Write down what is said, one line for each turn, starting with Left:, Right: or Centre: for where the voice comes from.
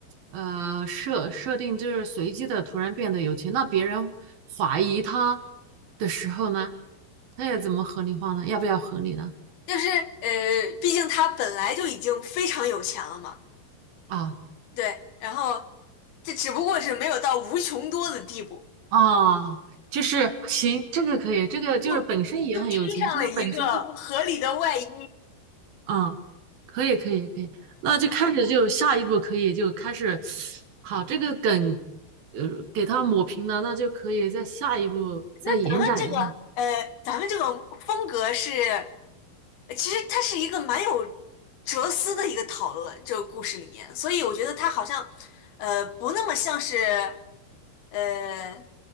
Right: 呃，设设定就是随机的突然变得有钱，那别人怀疑他的时候呢，他要怎么合理化呢？要不要合理呢？
Left: 就是呃，毕竟他本来就已经非常有钱了嘛。
Right: 啊
Left: 对，然后这只不过是没有到无穷多的地步，
Right: 啊，就是行，这个可以，这个就是本身也很有钱，
Left: 就就披上了一个合理的外衣。
Right: 就是本身就嗯，可以，可以，可以，那就开始就下一步可以就开始，好，这个梗，呃，给它抹平了，那就可以在下一步再延展一下。
Left: 咱们这个呃，咱们这个风格是，呃其实它是一个蛮有哲思的一个讨论，这个故事里面，所以我觉得它好像呃不那么像是呃